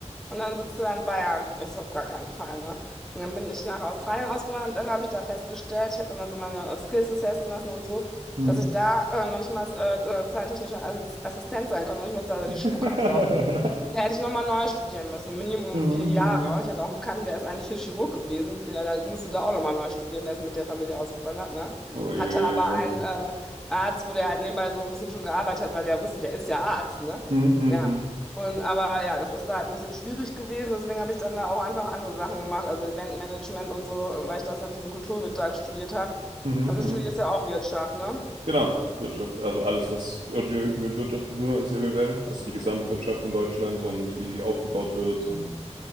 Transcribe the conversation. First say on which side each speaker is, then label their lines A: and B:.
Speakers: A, in the centre; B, on the right.
A: Und dann sitzt du da in Bayern. Ich so, auf gar keinen Fall, ne? Und dann bin ich nach Australien ausgewandert und dann habe ich da festgestellt, ich habe dann also meine äh, Skills testen lassen und so,
B: Mhm.
A: dass ich da äh, noch nicht mal als, äh, äh, zahlentechnische Assi- Assistent sein konnte, noch nicht mal da die
B: <laughs>
A: Spucke absaugen. Da hätte ich nochmal neu studieren müssen, Minimum
B: Mhm.
A: vier Jahre. Ich hatte auch einen Bekannten, der ist eigentlich hier Chirurg gewesen, der, der musste da auch nochmal neu studieren, der ist mit der Familie ausgewandert, ne?
B: Uiuiui.
A: Hatte aber einen äh, Arzt, wo der halt nebenbei so ein bisschen schon gearbeitet hat, weil der wusste, der ist ja Arzt, ne?
B: Mhm. Mhm.
A: Ja. Und aber ja, das ist da halt ein bisschen schwierig gewesen, deswegen habe ich dann da auch einfach andere Sachen gemacht, also Eventmanagement und so, weil ich das halt diesen Kulturwirt da studiert habe.
B: Mhm.
A: Aber du
B: Mhm.
A: studierst ja auch Wirtschaft, ne?
B: Genau, Wirtschaft, also alles, was irgendwie irgendwie mit Wirtschaft zu tun hat, ist ja BWL. Also die Gesamtwirtschaft in Deutschland und wie sie aufgebaut wird und